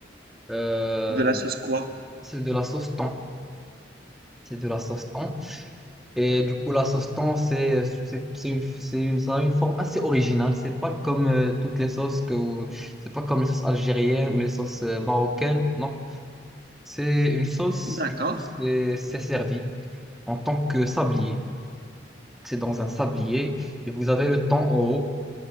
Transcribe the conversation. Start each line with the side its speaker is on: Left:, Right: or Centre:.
Centre: Euh,
Right: De la sauce quoi?
Centre: c'est de la sauce thon. C'est de la sauce thon. Et du coup, la sauce thon, c'est c'est- c'est une, c'est une- ça a une forme assez originale. C'est pas comme euh, toutes les sauces que vous- c'est pas comme les sauces algériennes ou les sauces euh, marocaines. Non, c'est une sauce.
Right: D'accord.
Centre: Du coup, c'est c'est servi en tant que sablier. C'est dans un sablier et vous avez le thon en haut.